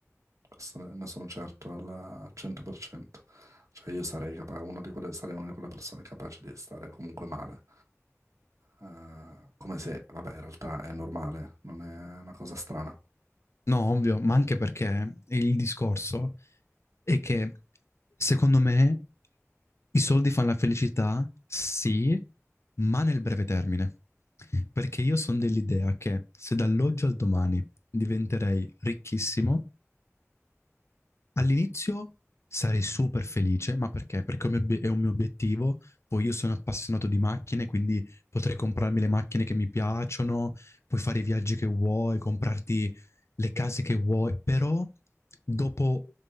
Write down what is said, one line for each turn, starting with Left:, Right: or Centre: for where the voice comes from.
Right: Questo ne, ne sono certo al 100%. Cioè io sarei capa- una di quelle, sarei una di quelle persone capaci di stare comunque male. Eh, come se, vabbè, in realtà è normale, non è una cosa strana.
Left: No, ovvio, ma anche perché il discorso è che secondo me i soldi fanno la felicità, sì, ma nel breve termine. Perché io sono dell'idea che se dall'oggi al domani diventerei ricchissimo, All'inizio sarei super felice, ma perché? Perché è un mio obie- è un mio obiettivo. Poi io sono appassionato di macchine, quindi potrei comprarmi le macchine che mi piacciono, puoi fare i viaggi che vuoi, comprarti le case che vuoi, però dopo